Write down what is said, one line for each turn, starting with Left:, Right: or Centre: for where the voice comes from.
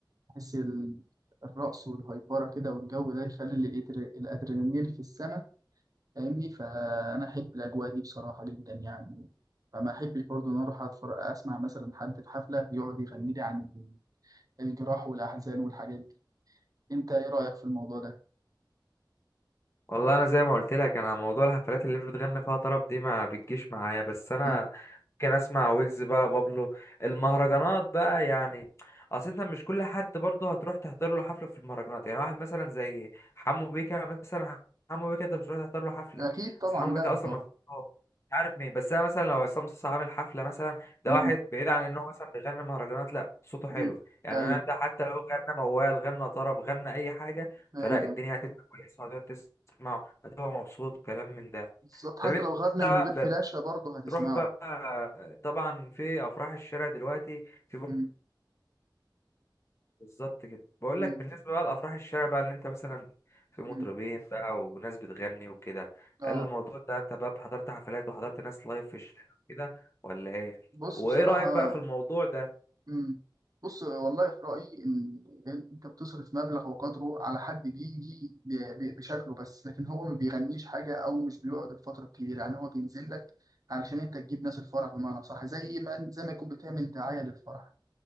Right: احس ال- الرقص والهيبره كده والجو ده يخلي ال- الإدر- الادرينالين في السماء فاهمني فانا احب الاجواء دي بصراحه جدا يعني فما احبش برضه ان أنا اروح اتفرج اسمع مثلا حد في حفله يقعد يغني لي عن الجراح والاحزان والحاجات دي انت ايه رايك في الموضوع ده
Left: والله انا زي ما قلت لك انا موضوع الحفلات اللي بتغني فيها طرب دي ما بتجيش معايا بس انا
Right: مم.
Left: ممكن اسمع ويجز بقى بابلو المهرجانات بقى يعني اصل انت مش كل حد برضه هتروح تحضر له حفله في المهرجانات يعني واحد مثلا زي حمو بيكا مثلا حمو بيكا انت مش هتروح تحضر له حفله
Right: اكيد طبعا
Left: بس حمو
Right: لا
Left: بيكا اصلا
Right: طبعا
Left: ما بيغنيش. مش عارف مين بس انا مثلا لو عصام صاصا عامل حفله مثلا
Right: مم.
Left: ده واحد بعيد عن ان هو مثلا بيغني مهرجانات لا صوته حلو
Right: مم.
Left: يعني
Right: ايوه
Left: انا ده حتى لو غنى موال غنى طرب غنى اي حاجه
Right: ايوه
Left: فلا الدنيا هتبقى كويسه وهتقعد مع هو مبسوط وكلام من ده
Right: بالظبط حتى
Left: طب انت
Right: لو غنى
Left: بقى
Right: من غير فلاشه برضه هتسمعه
Left: تروح بقى طبعا في افراح الشارع دلوقتي في بر-
Right: مم.
Left: بالظبط كده بقول
Right: مم.
Left: لك بالنسبه بقى لافراح الشارع بقى اللي انت مثلا في مطربين
Right: مم.
Left: بقى وناس بتغني وكده
Right: اه
Left: هل الموضوع ده انت بقى حضرت حفلات وحضرت ناس لايف في الشارع كده ولا ايه
Right: بص
Left: وايه
Right: بصراحه
Left: رايك بقى في الموضوع ده
Right: مم. بص والله في رأيي إن أنت بتصرف مبلغ وقدره على حد بيجي ب- ب- بشكله بس لكن هو ما بيغنيش حاجة أو مش بيقعد الفترة الكبيرة يعني هو بينزل لك علشان أنت تجيب ناس الفرح بمعنى صح زي ما زي ما يكون بتعمل دعاية للفرح